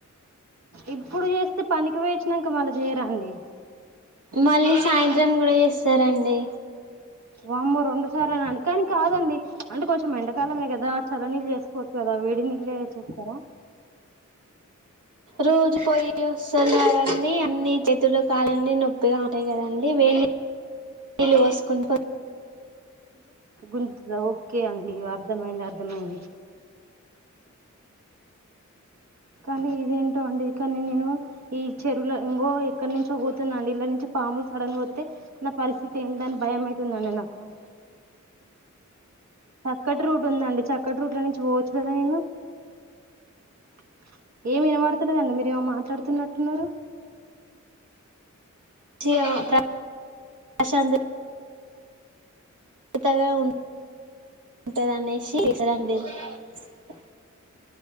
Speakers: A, on the right; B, on the right.
A: ఇప్పుడు చేస్తే పనికి పోయొచ్చినాక మళ్ళ చేయరాండి
B: మళ్ళీ సాయంత్రం కూడా చేస్తారండి
A: వామ్మో రెండుసార్లనా అండి. ! కాని కాదండి, అంటే కొంచెం ఎండకాలమే గదా చలనీళ్ళు జేసుకోచ్చు గదా. వేడి నీళ్ళె చేస్తారా. !
B: రోజు పోయి వస్తది అవన్ని, అన్ని చెతులు, కాళ్ళన్ని నొప్పిగా ఉంటాయి గదండి వేన్ని. ళ్ళు <unintelligible>
A: గుంజుతదా. ! ఓకే అండి అర్థమైంది, అర్థమైంది. కానీ ఇదేంటో అండి కానీ నేను, ఈ చెరువుల ఇంగో ఎక్కనుంచో బోతున్నా అండి, ఇల్ల నుంచి. పాములు సడన్గా ఒత్తే, నా పరిస్థితి ఏందని భయం అయితుందండి నాకు. ! చక్కట్రూట్ ఉందండి, చక్కట్రూట్ల నుంచి బొవచ్చు గదా నేను.? ! ఏమి ఇనబడ్తలేదండి. ! మీరేమో మాట్లాడుతున్నట్టున్నారు.?
B: <unintelligible> <unintelligible>